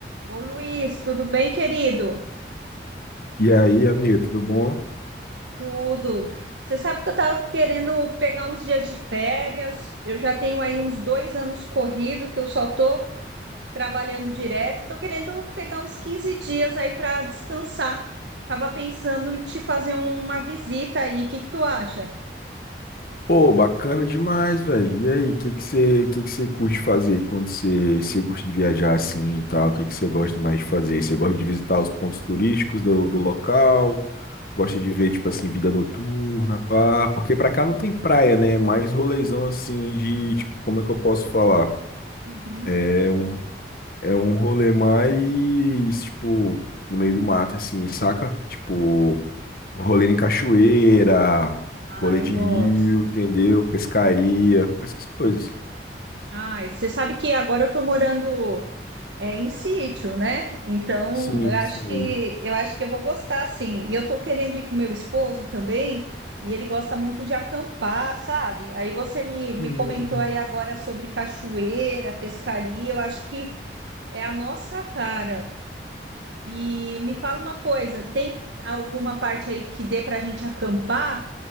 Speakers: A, on the right; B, on the left.
A: Ô Luiz, tudo bem, querido?
B: E aí, amiga, tudo bom?
A: Tudo. Você sabe que eu estava querendo pegar uns dias de férias. Eu já tenho aí uns dois anos corrido que eu só estou trabalhando direto. Estou querendo pegar uns 15 dias aí para descansar. Tava pensando em te fazer uma visita aí. O que que tu acha?
B: Pô, bacana demais, velho. E aí, o que que você, que que você curte fazer quando você, você gosta de viajar assim e tal? O que que você gosta mais de fazer? Você gosta de visitar os pontos turísticos do, do local? Gosta de ver, tipo assim, vida noturna, pá? Porque pra cá não tem praia, né? É Mais rolezão assim de, tipo, como é que eu posso falar?
A: Uhum.
B: É um, é um rolê mais, tipo, no meio do mato, assim, saca? Tipo. Rolê em cachoeira,
A: Ah,
B: rolê
A: eu
B: de
A: gosto.
B: rio, entendeu? Pescaria, essas coisas.
A: Ah, você sabe que agora eu tô morando É em sítio, né? Então,
B: Sim,
A: eu acho
B: sim.
A: que eu acho que eu vou gostar sim. E eu tô querendo ir com meu esposo também, e ele gosta muito de acampar, sabe? Aí você me, me
B: E-
A: comentou aí agora sobre cachoeira, pescaria, eu acho que é a nossa cara. E me fala uma coisa, tem alguma parte aí que dê para a gente acampar?